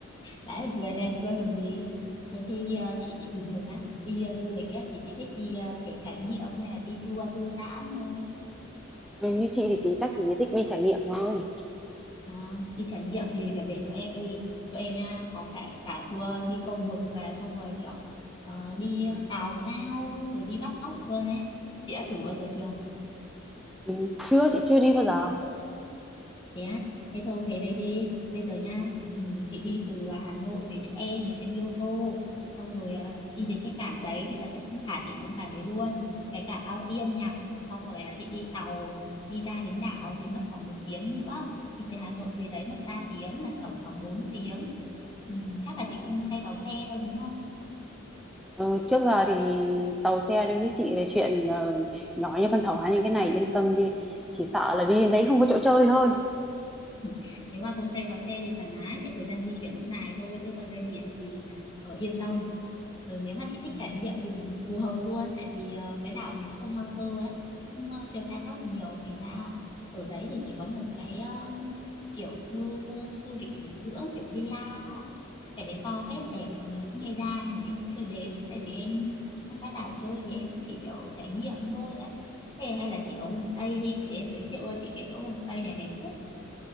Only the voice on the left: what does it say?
Đấy, vừa đẹp luôn còn gì. Đấy, thế à, chị bình thường nhá, đi à, du lịch ấy, thì chị thích đi à, kiểu trải nghiệm hay là đi tour thư giãn thôi.
À, đi trải nghiệm thì phải về chỗ em đi. Chỗ em nha, có cả cả tour đi câu mực, à, xong rồi kiểu ờ, đi à, cào ngao, rồi đi bắt ốc luôn ấy. Chị đã thử bao giờ chưa?
thế á thế thôi về đây đi bây giờ nha ừ, chị đi từ à, Hà Nội về chỗ em thì sẽ đi ô tô xong rồi à, đi đến cái cảng đấy người ta sẽ thả chị xuống cảng đấy luôn cái cảng Ao Tiên nha xong rồi à, chị đi tàu đi ra đến đảo thì mất khoảng một tiếng nữa đi từ Hà Nội về đấy mất ba tiếng là tổng khoảng bốn tiếng ừ, chắc là chị không say tàu xe đâu đúng không
<laughs> nếu mà không xe tàu xe thì thoải mái tại thời gian di chuyển nó dài thôi chứ còn lên biển thì ờ, yên tâm rồi nếu mà chị thích trải nghiệm thì phù phù hợp luôn tại vì ờ, cái đảo này nó còn hoang sơ ấy cũng ờ, chưa khai thác nhiều thành ra ở đấy thì chỉ có một cái ờ, kiểu như khu du lịch nghỉ dưỡng kiểu villa ấy. cái đấy to phết đẹp mọi người cũng hay ra nhưng mà em cũng chưa đến tại vì em em ra đảo chơi thì em cũng chỉ kiểu trải nghiệm thôi ấy thế hay là chị ở homestay đi để em giới thiệu cho chị cái chỗ homestay này đẹp phết